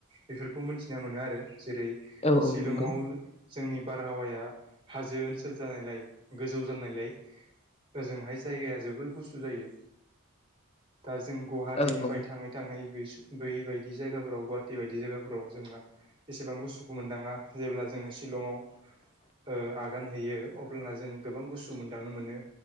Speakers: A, on the right; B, on the left.
A: बेफोरखौ मोनथिना मोनो आरो जेरै
B: औ औ
A: शिलंआव
B: नंगौ
A: जोंनि बारहावाया हाजो ओनसोल जानायलाय गोजौ जानायलाय ओजोंहाय जायगाया जोबोर गुसु जायो दा जों गुवाहाटिनिफ्राय
B: औ औ
A: थाङै थाङै बे बै बायदि जायगाफोराव गुवाहाटि बायदि जायगाफोराव जोंना एसेबां गुसुखौ मोनदाङा जेब्ला जोङो शिलंआव ओ आगान होयोयो अब्लाना जों गोबां गुसु मोन्दांनो मोनो